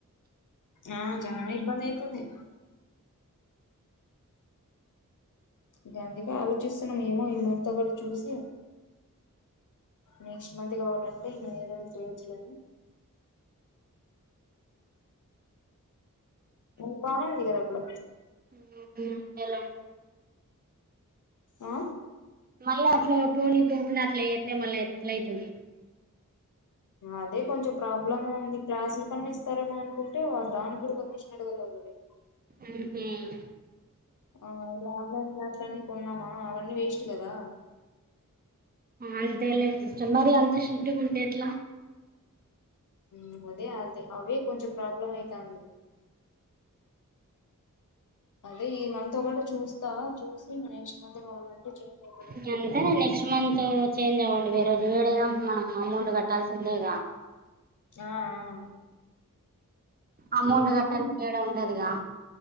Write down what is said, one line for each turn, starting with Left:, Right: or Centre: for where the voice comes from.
Left: ఆ చానా ఇబ్బందైతుంది. గుందుకే ఆలోచిస్తున్నాం ఏమో ఈ మంత్ ఒకట్ చూసి నెక్స్ట్ మంత్ కావాలంటే ఇగ ఏదో ఒకటి చేయచ్చులే అని ఓ వావ్ ఇగ నప్పుడు
Right: మ్ మ్ అంతెలే
Left: ఆ
Right: మరీ అట్ల పోనీ పోకుండ అట్ల చెత్తే మళ్ళ ఎట్లైతది.
Left: అదే కొంచం ప్రాబ్లంగా ఉంది క్లాసుల్ కన్నా ఇస్తారేమో అనుకుంటే దానికి కూడా కొన్ని అడుగులోల్లది
Right: మ్ హ్
Left: ఆ ఇలా ఆన్లైన్ క్లాస్లని కొన్నమా అవన్నీ వేస్ట్ గదా
Right: అంతేలే సిస్టర్ మరి అంత స్ట్రిక్ట్ గుంటె ఎట్ల
Left: మ్ అదే అదే అవే కొంచం ప్రాబ్లం అయితాంది. అదే ఈ మంత్ ఒకటి చూస్తా చూసి మ నెక్స్ట్ మంత్ కావాలంటే చేంజ్ అయిత
Right: ఇగ అంతేలే నెక్స్ట్ మంత్ చేంజ్ అవ్వండి ఏ ఏడైనా మనం అమౌంట్ కట్టాల్సిందేగా
Left: ఆ ఆ
Right: అమౌంట్
Left: ఇప్పుడు
Right: కట్టాల్సి చేయడం ఉన్నదిగా